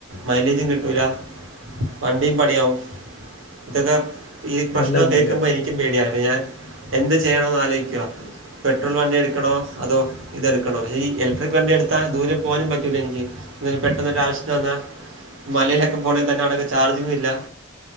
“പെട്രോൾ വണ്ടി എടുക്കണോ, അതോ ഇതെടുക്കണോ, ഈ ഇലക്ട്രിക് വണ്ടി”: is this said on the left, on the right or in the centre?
Right